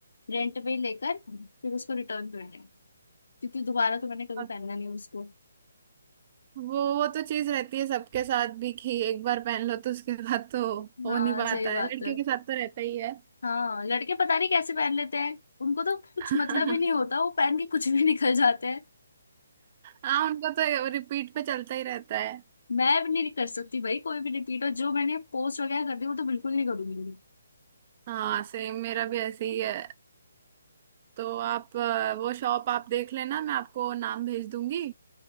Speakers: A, on the left (about 75°); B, on the right (about 30°).
A: रेंट पे ही लेकर फिर उसको रिटर्न कर दें क्योंकि दोबारा तो मैंने कभी
B: और
A: पहना नहीं उसको
B: वो वो तो चीज रहती है सबके साथ भी कि एक बार पहन लो तो उसके बाद तो हो
A: हाँ
B: नहीं पाता
A: सही बात
B: है लड़कियों
A: है
B: के साथ तो रहता ही है
A: हाँ लड़के पता नहीं कैसे पहन लेते हैं उनको तो कुछ
B: <laughs>
A: मतलब ही नहीं होता वो पहन के कुछ भी <laughs> निकल जाते हैं
B: हाँ उनका तो रिपीट पे चलता ही रहता है
A: मैं भी नहीं कर सकती भाई कोई भी रिपीट और जो मैंने पोस्ट वगैरह कर दी वो तो बिल्कुल नहीं करूंगी
B: हाँ सेम मेरा भी ऐसे ही है तो आप अ, वो शॉप आप देख लेना मैं आपको नाम भेज दूंगी